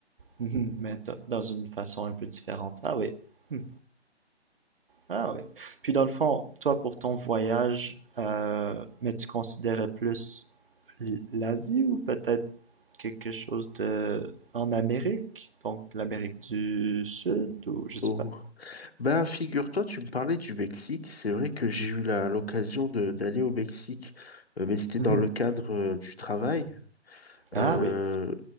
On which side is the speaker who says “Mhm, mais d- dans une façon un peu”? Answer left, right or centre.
Right